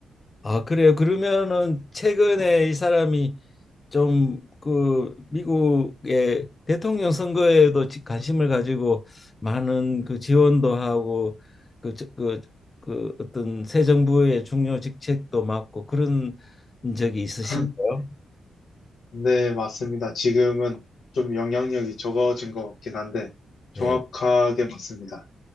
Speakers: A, on the left (about 25°); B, on the left (about 70°).
A: 아, 그래요. 그러면은 최근에 이 사람이 좀 그 미국의 대통령 선거에도 지- 관심을 가지고 많은 그 지원도 하고 그, 저- 그, 그 어떤 새 정부의 중요 직책도 맡고 그런 적이 있으신가요?
B: <laughs> 네, 맞습니다. 지금은 좀 영향력이 적어진 것 같긴 한데,
A: 네.
B: 정확하게 맞습니다.